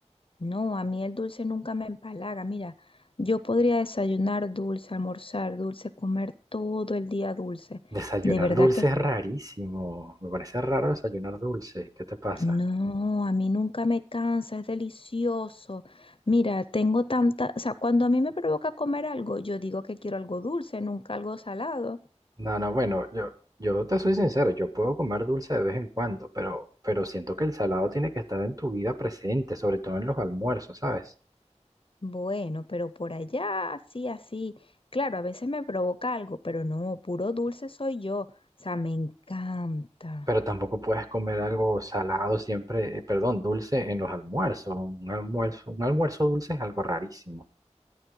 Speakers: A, on the left; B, on the right.
A: No, a mí el dulce nunca me empalaga. Mira, yo podría desayunar dulce, almorzar dulce, comer todo el día dulce.
B: Desayunar
A: De verdad
B: dulce
A: que
B: es rarísimo. Me parece raro desayunar dulce. ¿Qué te pasa?
A: No, a mí nunca me cansa, es delicioso. Mira, tengo tanta, o sea, cuando a mí me provoca comer algo, yo digo que quiero algo dulce, nunca algo salado.
B: No, no, bueno, yo, yo te soy sincero, yo puedo comer dulce de vez en cuando, pero, pero siento que el salado tiene que estar en tu vida presente, sobre todo en los almuerzos, ¿sabes?
A: Bueno, pero por allá, así, así. Claro, a veces me provoca algo, pero no, puro dulce soy yo. O sea, me encanta.
B: Pero tampoco puedes comer algo salado siempre, eh, perdón, dulce en los almuerzos. Un almuerzo, un almuerzo dulce es algo rarísimo.